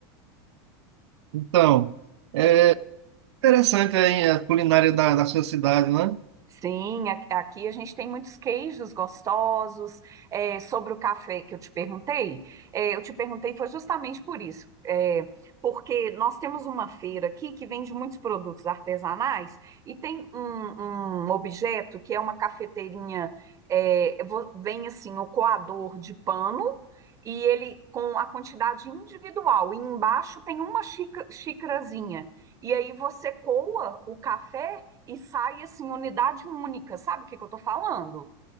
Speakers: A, on the right; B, on the right.
A: Então, é interessante aí a culinária da, da sua cidade, né?
B: Sim, a- aqui a gente tem muitos queijos gostosos. É, sobre o café que eu te perguntei, é, eu te perguntei foi justamente por isso, é, porque nós temos uma feira aqui que vende muitos produtos artesanais e tem um, um objeto que é uma cafeteirinha, é, vo- vem assim o coador de pano e ele com a quantidade individual e embaixo tem uma xíca- xícarazinha e aí você coa o café e sai assim, unidade única. Sabe o que que eu tô falando?